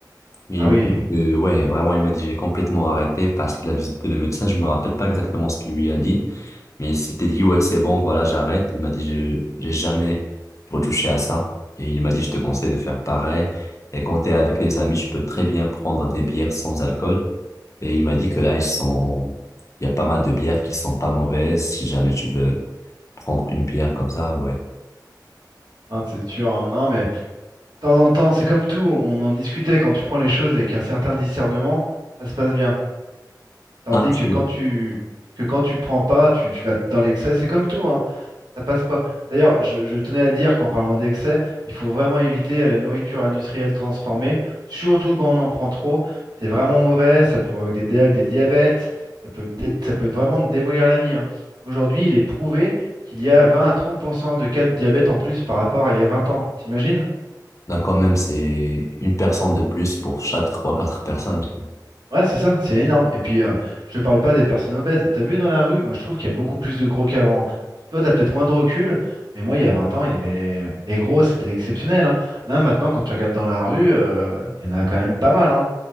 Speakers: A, on the left; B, on the right.
A: Et
B: Ah
A: il
B: oui,
A: m'a dit que, ouais, vraiment, il m'a dit, j'ai complètement arrêté parce qu'il a visité le médecin. Je me rappelle pas exactement ce qu'il lui a dit. Mais il s'était dit, ouais, c'est bon, voilà, j'arrête. Il m'a dit, je, j'ai jamais retouché à ça. Et il m'a dit, je te conseille de faire pareil. Et quand t'es avec les amis, tu peux très bien prendre des bières sans alcool. Et il m'a dit que là, ils sont, il y a pas mal de bières qui sont pas mauvaises. Si jamais tu veux prendre une bière comme ça, ouais.
B: hein, c'est sûr. hein. Non, mais. temps en temps, c'est comme tout, on en discutait, quand tu prends les choses avec un certain discernement, ça se passe bien. Tandis
A: Ah, non, je
B: que
A: trouve.
B: quand tu que quand tu prends pas, tu, tu vas dans l'excès, c'est comme tout, hein, ça passe pas. D'ailleurs, je, je tenais à dire qu'en parlant d'excès, il faut vraiment éviter la nourriture industrielle transformée, surtout quand on en prend trop. C'est vraiment mauvais, ça provoque des, dia- des diabètes, ça peut, dé- ça peut vraiment te démolir la vie. hein. Aujourd'hui, il est prouvé qu'il y a 20 à 30% de cas de diabète en plus par rapport à il y a 20 ans. T'imagines?
A: Là, quand même, c'est une personne de plus pour chaque trois, quatre personnes. <laughs>
B: Ouais, c'est ça, c'est énorme. Et puis, euh, je te parle pas des personnes obèses. T'as vu dans la rue, moi je trouve qu'il y a beaucoup plus de gros qu'avant. hein. Toi, t'as peut-être moins de recul, mais moi, il y a 20 ans, il y avait les gros, c'était exceptionnel. hein. Là, maintenant, quand tu regardes dans la rue, euh, il y en a quand même pas mal. hein.